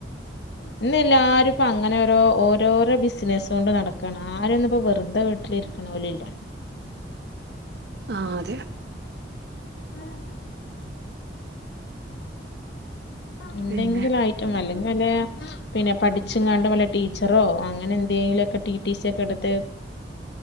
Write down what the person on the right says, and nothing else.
ആ അതെ
പിന്നെ